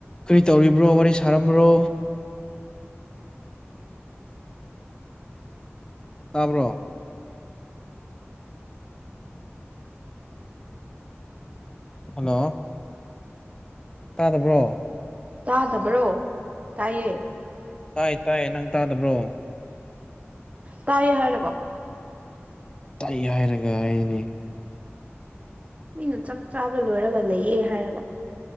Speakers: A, on the left (about 20°); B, on the right (about 30°).
A: ꯀꯔꯤ ꯇꯧꯔꯤꯕ꯭ꯔꯣ ꯋꯥꯔꯤ ꯁꯥꯔꯝꯕ꯭ꯔꯣ ꯇꯥꯕ꯭ꯔꯣ ꯍꯜꯂꯣ ꯇꯥꯗꯕ꯭ꯔꯣ
B: ꯇꯥꯗꯕꯔꯣ ꯇꯥꯏꯌꯦ
A: ꯇꯥꯏ ꯇꯥꯏ ꯅꯪ ꯇꯥꯗꯕ꯭ꯔꯣ
B: ꯇꯥꯏꯌꯦ ꯍꯥꯏꯔꯒ
A: ꯇꯥꯢꯌꯦ ꯍꯥꯏꯔꯒ ꯑꯩꯅꯤ
B: ꯃꯤꯅ ꯆꯥꯛ ꯆꯥꯕ ꯂꯣꯏꯔꯒ ꯂꯩꯌꯦ ꯍꯥꯏꯔꯒ